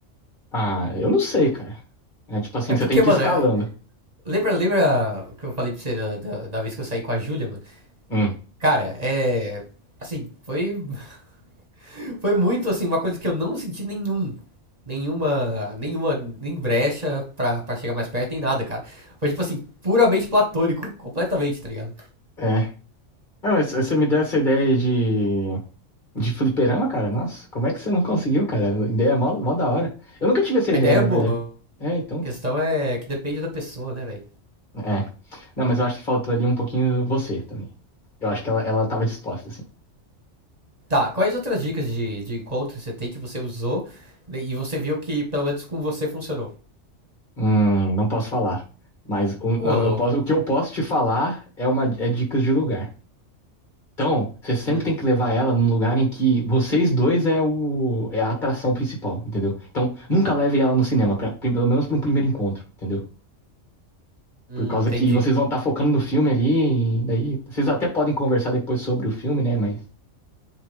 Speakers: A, on the left; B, on the right.
A: ah, eu não sei, cara. É tipo assim,
B: É
A: você
B: porque,
A: tem que
B: mano,
A: ir escalando.
B: lembra, lembra o que eu falei pra você da, da- da vez que eu saí com a Júlia, mano?
A: Hum,
B: Cara, é. Assim, foi, <laughs> foi muito, assim, uma coisa que eu não senti nenhum. Nenhuma, nenhuma, nem brecha pra, pra chegar mais perto, nem nada, cara. Foi, tipo assim, puramente platônico, completamente, tá ligado?
A: é. Ah, mas você me deu essa ideia de, de fliperama, cara? Nossa, como é que você não conseguiu, cara? A Ideia é mó, mó da hora. Eu nunca tive essa
B: A
A: ideia,
B: ideia
A: na
B: é boa.
A: verdade.
B: A
A: É, então.
B: questão é que depende da pessoa, né, velho?
A: É. Não, mas eu acho que faltou ali um pouquinho você também. Eu acho que ela, ela tava disposta, assim.
B: Tá, quais outras dicas de, de encontro você tem que você usou né, e você viu que pelo menos com você funcionou?
A: Hum, não posso falar. Mas o, eu
B: Ô, louco.
A: posso, o que eu posso te falar é, uma, é dicas de lugar. Então, você sempre
B: Hum,
A: tem que levar ela num lugar em que vocês dois é o é a atração principal, entendeu? Então, nunca leve ela no cinema, pra, pelo menos para um primeiro encontro, entendeu?
B: hum,
A: Por causa
B: entendi,
A: que vocês vão estar focando no filme ali, e daí vocês até podem conversar depois sobre o filme, né? Mas